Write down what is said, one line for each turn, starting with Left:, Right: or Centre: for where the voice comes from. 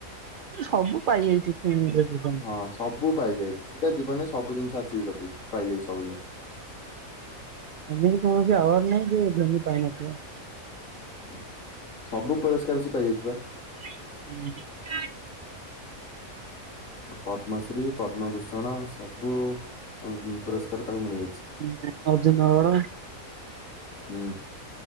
Right: ସବୁ ପାଇଯାଇଚି ତେଣେ ଆଜି।
Left: ହଁ ସବୁ ପାଇଯାଇଚି ସିଏ ତା ଜୀବନରେ ସବୁ ଜିନିଷ ଆର୍ଚିଭ୍ କରିଦେଇଚି ପାଇଯାଇଚି ସବୁ ଜିନିଷ।
Right: ଏମିତି କୌଣସି ଆୱାର୍ଡ ନାହିଁ ଯେ ଧୋନି ପାଇନଥିବ।
Left: ହୁଁ ସବୁ ପୁରସ୍କାର ସେ ପାଇଯାଇଚି ପା।
Right: ହୁଁ।
Left: ଅ ପଦ୍ମଶ୍ରୀ ପଦ୍ମଭୂଷଣ ସବୁ ଅ ପୁରସ୍କାର ତାକୁ ମିଳିଯାଇଛି।
Right: ଉଁହୁଁ ଅର୍ଜୁନ ଆୱାଡ।
Left: ହୁଁ